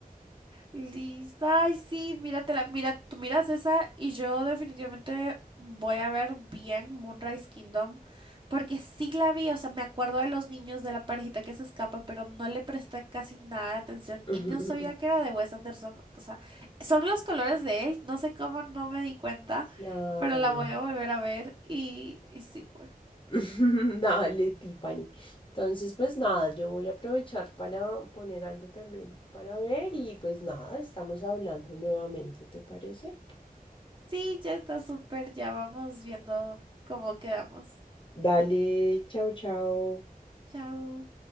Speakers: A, on the right; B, on the left.
A: Listo. Ay, sí, míratela, mira, tú miras esa y yo definitivamente voy a ver bien Moonrise Kingdom porque sí la vi, o sea, me acuerdo de los niños de la parejita que se escapa, pero no le presté casi nada de atención
B: <laughs>
A: y no sabía que era de Wes Anderson, o sea, son los colores de él, no sé cómo no me di cuenta,
B: Claro.
A: pero la voy a volver a ver y, y sí, pues.
B: <laughs> Dale, Tiffany. Entonces, pues nada, yo voy a aprovechar para poner algo también para ver y pues nada, estamos hablando nuevamente, ¿te parece?
A: Sí, ya está súper, ya vamos viendo cómo quedamos.
B: Dale, chao, chao.
A: Chao.